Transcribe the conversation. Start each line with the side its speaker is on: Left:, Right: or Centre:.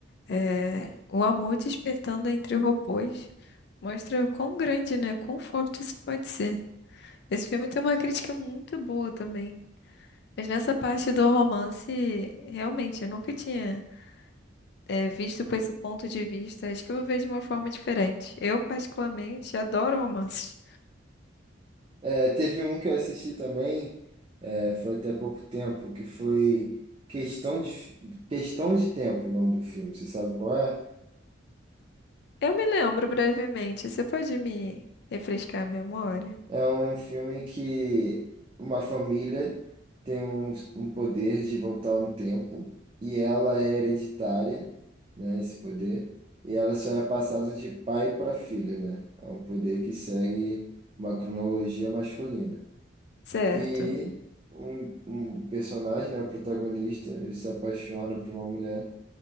Left: É, o amor despertando entre robôs mostra o quão grande, né? Quão forte isso pode ser. Esse filme tem uma crítica muito boa também. Mas nessa parte do romance, realmente, eu nunca tinha, eh, visto com esse ponto de vista. Acho que eu vou ver de uma forma diferente. Eu, particularmente, adoro romances.
Right: É, teve um que eu assisti também, é, foi até pouco tempo, que foi Questão de, Fi- Questão de Tempo, o nome do filme. Você sabe qual é?
Left: Eu me lembro brevemente. Você pode me refrescar a memória?
Right: É um filme que uma família tem um, um poder de voltar no tempo e ela é hereditária, né, esse poder, e ela só é passada de pai para filho, né? É um poder que segue uma cronologia masculina.
Left: Certo.
Right: E um, um personagem, né, o protagonista, ele se apaixona por uma mulher